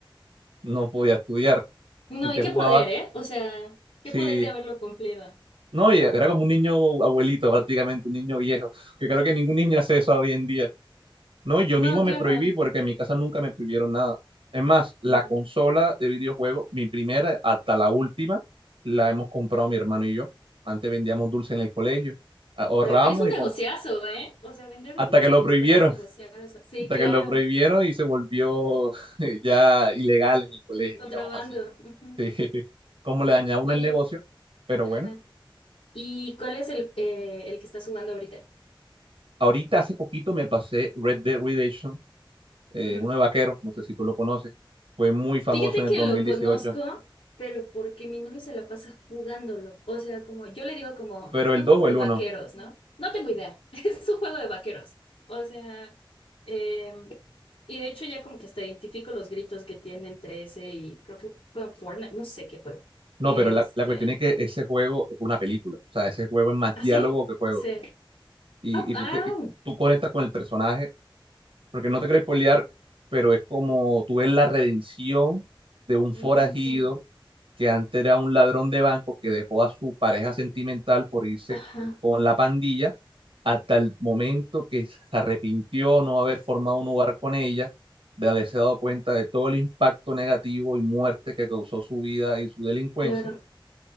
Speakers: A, on the right (about 80°); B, on the left (about 85°).
A: no podía estudiar.
B: No,
A: Entonces
B: y qué
A: jugaba,
B: poder, ¿eh? O sea,
A: sí,
B: qué poder de haberlo cumplido.
A: no, y era como un niño abuelito prácticamente, un niño viejo, <laughs> que creo que ningún niño hace eso hoy en día. No, yo
B: No,
A: mismo me
B: claro.
A: prohibí porque en mi casa nunca me prohibieron nada. Es más, la
B: Mm,
A: consola de videojuegos, mi primera hasta la última, la hemos comprado mi hermano y yo. Antes vendíamos dulce en el colegio ahorramos
B: claro. Es un
A: y
B: negociazo,
A: compramos
B: ¿eh? O sea, vender
A: Hasta
B: dulces
A: que
B: en
A: lo
B: la
A: prohibieron,
B: escuela es negociazo.
A: <laughs>
B: Sí,
A: hasta
B: claro.
A: que lo prohibieron y se volvió <laughs> ya ilegal en el colegio,
B: Contrabando.
A: digamos así.
B: Ujú.
A: Sí, <laughs> como le dañaba uno
B: Oye,
A: el negocio, pero
B: ajá.
A: bueno.
B: ¿Y cuál es el, eh, el que estás jugando ahorita?
A: Ahorita hace poquito me pasé Red Dead Redemption, eh,
B: Ujú.
A: uno de vaqueros, no sé si tú lo conoces, fue muy famoso
B: Fíjate
A: en
B: que
A: el 2018,
B: lo conozco, pero porque mi novio se la pasa jugándolo. O sea, como yo le digo como,
A: pero el
B: tu
A: dos
B: juego
A: o
B: de
A: el
B: vaqueros,
A: uno.
B: ¿no? No tengo idea, <laughs> es un juego de vaqueros. O sea, em, y de hecho ya como que hasta identifico los gritos que tiene entre ese y creo que juega Fortnite, no sé qué juega.
A: no,
B: Este,
A: pero la, la cuestión es que ese juego es una película, o sea, ese juego es más
B: ¿ah,
A: diálogo
B: sí?
A: que juego,
B: Sí.
A: y,
B: Ah,
A: y
B: ah,
A: tú, te, y tú conectas con el personaje porque no te querés spoilear, pero es como tú ves la redención de un
B: mm,
A: forajido que antes era un ladrón de banco que dejó a su pareja sentimental por irse
B: ajá,
A: con la pandilla hasta el momento que se arrepintió no haber formado un hogar con ella, de haberse dado cuenta de todo el impacto negativo y muerte que causó su vida y su delincuencia,
B: claro.